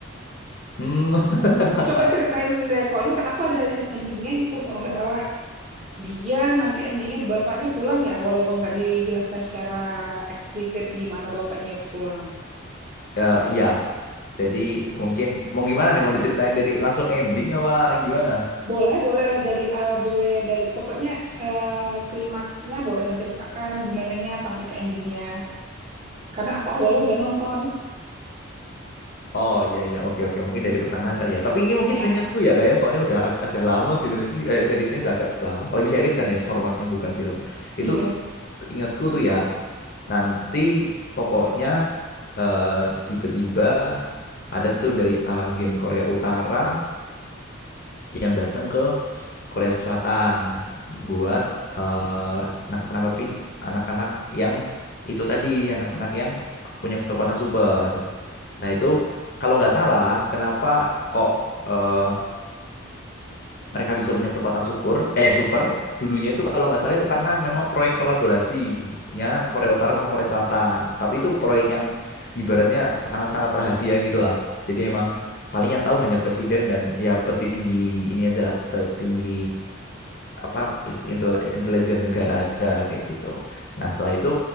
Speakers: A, on the left (about 45°); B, on the right (about 35°).
A: hmm <laughs>
B: Hmm, coba ceritain deh, soalnya kan aku ada lihat endingnya itu kalau nggak salah. Dia nanti endingnya bapaknya pulang ya, walaupun nggak dijelaskan secara eksplisit gimana bapaknya itu pulang.
A: eh, ya iya. jadi mungkin mau gimana nih mau diceritain dari langsung ending apa gimana
B: Boleh, boleh dari eh, boleh dari pokoknya eh, klimaksnya boleh diceritakan gimananya sampai ke endingnya. Karena aku awalnya udah nonton.
A: Oh iya iya oke oke mungkin dari pertengahan kali ya. Tapi ini
B: Ya,
A: mungkin seingatku ya kayak soalnya udah ag- agak lama filmnya sih eh seriesnya udah agak lama. Apalagi series kan ya formatnya bukan film.
B: iya,
A: Itu ingatku tuh ya nanti pokoknya eh, tiba-tiba ada tuh dari agen Korea Utara yang datang ke Korea Selatan buat eh nangkep-nangkepin anak-anak yang itu tadi anak-anak yang punya kekuatan super. Nah itu kalau nggak salah, kenapa kok eh, mereka bisa punya kekuatan super? Eh super dulunya itu kalau nggak salah itu karena memang proyek kolaborasinya Korea Utara sama Korea Selatan. Tapi itu proyek yang ibaratnya sangat-sangat rahasia gitulah. Jadi emang paling yang tahu hanya presiden dan ya petinggi ini aja lah petinggi apa intel, intelijen negara aja kayak gitu. Nah setelah itu